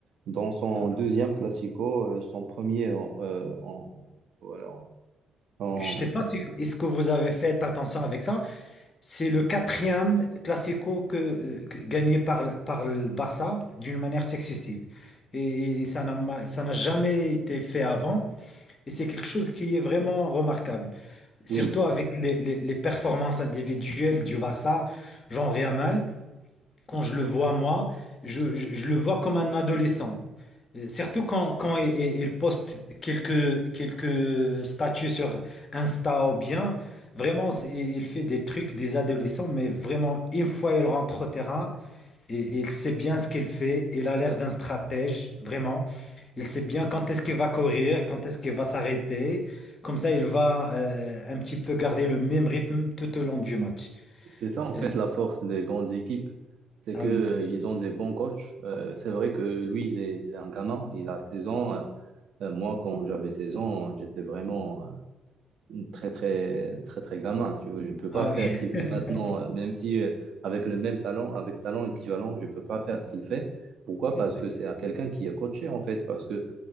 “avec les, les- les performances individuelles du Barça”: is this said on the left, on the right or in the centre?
Left